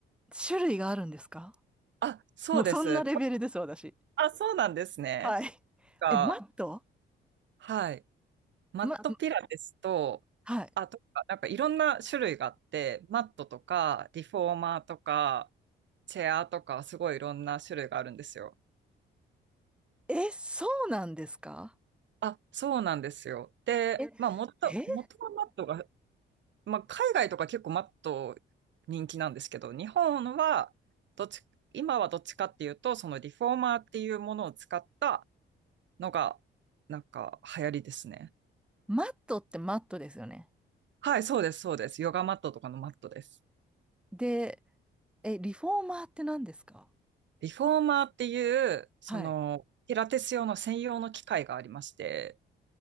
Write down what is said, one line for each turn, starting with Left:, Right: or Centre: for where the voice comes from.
Centre: 種類があるんですか
Right: <laughs> あ、そうです。
Centre: もうそんなレベルです、私。
Right: あ、そうなんですね。
Centre: はい。
Right: が、
Centre: え、マット
Right: はい。マットピラティスと、
Centre: ま、はい。
Right: あとか、なんかいろんな種類があって、マットとか、リフォーマーとか、チェアとか、すごいいろんな種類があるんですよ。
Centre: え、そうなんですか
Right: あ、そうなんですよ。で、
Centre: え、
Right: まあ、元、
Centre: え、
Right: 元はマットがまあ、海外とか結構マット人気なんですけど、日本はどっち、今はどっちかっていうと、そのリフォーマーっていうものを使ったのが、なんか流行りですね。
Centre: マットってマットですよね。
Right: はい、そうです、そうです。ヨガマットとかのマットです。
Centre: で、え、リフォーマーって何ですか
Right: リフォーマーっていう、その、
Centre: はい。
Right: ピラティス用の専用の機械がありまして、